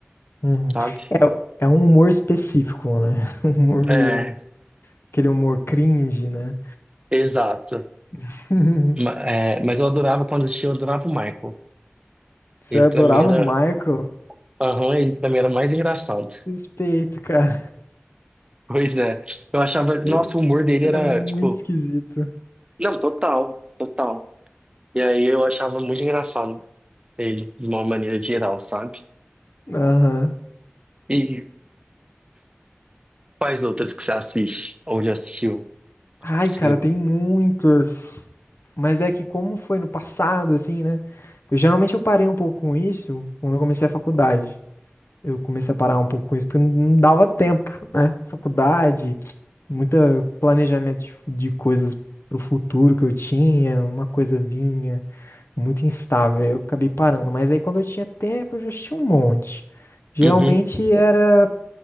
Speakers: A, on the left (about 65°); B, on the right (about 25°).
A: Uhum.
B: sabe?
A: É, é um humor específico, né? <laughs> Um humor meio.
B: É,
A: Aquele humor cringe, né?
B: exato.
A: <laughs>
B: Ma- é, mas eu adorava quando assistia, eu adorava o Michael.
A: Você
B: Ele
A: adorava
B: pra mim era.
A: o Michael?
B: Aham, ele pra mim era mais engraçado.
A: Suspeito,
B: <laughs>
A: cara.
B: Pois é. Eu achava. Nossa,
A: Ele,
B: o humor dele
A: ele
B: era,
A: é muito
B: tipo.
A: esquisito.
B: Não, total, total. E aí eu achava muito engraçado ele, de uma maneira geral, sabe?
A: Aham.
B: E quais outras que você assiste? Ou já assistiu?
A: Ai,
B: Que
A: cara,
B: Você...
A: tem muitas. Mas é que como foi no passado, assim, né? Eu geralmente eu parei um pouco com isso quando eu comecei a faculdade. Eu comecei a parar um pouco com isso porque não dava tempo, né? Faculdade, muito planejamento de, de coisas pro futuro que eu tinha, uma coisa vinha, muito instável. Aí eu acabei parando. Mas aí quando eu tinha tempo, eu já tinha um monte. Geralmente
B: Uhum.
A: era